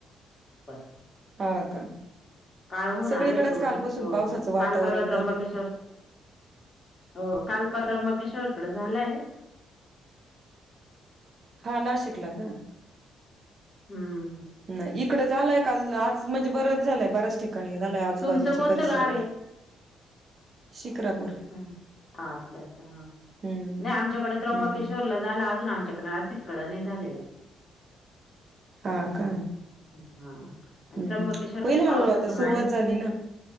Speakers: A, on the left; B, on the right.
A: पण
B: हा का?
A: काळ होऊन
B: सगळीकडेच
A: आलंय पूर्ण
B: कालपासून
A: हो
B: पावसाचं वातावरण
A: काल परवा त्रंबकेश्वर
B: झालंय
A: हो काल परवा त्र्यंबकेश्वरकडे झालं आहे.
B: हा नाशिकला का
A: हम्म
B: नाही इकडे झालाय काल आज म्हणजे बरंच झालंय बऱच ठिक ठिकाणी झालाय आजूबाजूच्या
A: तुमचं कोणतं
B: परिसरात
A: गाव आहे
B: शिकरापूर
A: अच्छा अच्छा हा
B: हम्म
A: नाही आमच्याकडे त्र्यंबकेश्वरला
B: हम्म
A: झालं अजून आमच्याकडे असे. तिकडने झालेला.
B: हा
A: हम्म
B: का?
A: हां. आणि
B: हम्म
A: त्र्यंबकेश्वर
B: होईल
A: काही पावसाचं
B: हळूहळू आता सुरुवात
A: माहेर
B: झाली ना.